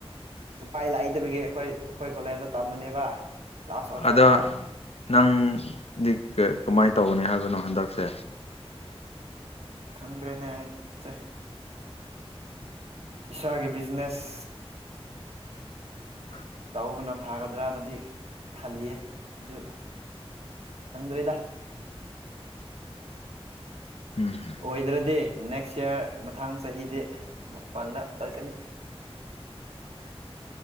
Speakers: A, on the right (about 80°); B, on the left (about 75°).
A: ꯎꯄꯥꯏ ꯂꯩꯇꯕꯒꯤ ꯑꯈꯣꯏ ꯑꯈꯣꯏ ꯀꯣꯂꯦꯖꯇ ꯇꯝꯕꯅꯦꯕ꯫ ꯂꯥꯁ ꯑꯣꯞꯁꯟꯗ
B: ꯑꯗꯣ ꯅꯪꯗꯤ ꯀꯤ ꯀꯃꯥꯏ ꯇꯧꯒꯅꯤ ꯍꯥꯏꯕꯅꯣ ꯍꯟꯗꯛꯁꯦ꯫
A: ꯈꯪꯗ꯭ꯔꯦꯅꯦ ꯑꯩꯖꯦ꯫ ꯏꯁꯥꯒꯤ ꯕꯤꯖꯤꯅꯦꯁ
B: ꯑ
A: ꯇꯧꯕꯅ ꯐꯒꯗ꯭ꯔꯅꯗꯤ ꯈꯜꯂꯤꯌꯦ ꯑꯗꯨ ꯈꯪꯗ꯭ꯔꯦꯗ꯫
B: ꯎꯝ
A: ꯑꯣꯏꯗ꯭ꯔꯗꯤ ꯅꯦꯛꯁ ꯏꯌꯥꯔ ꯃꯊꯪ ꯆꯍꯤꯗꯤ ꯃꯄꯥꯟꯗ ꯆꯠꯀꯅꯤ꯫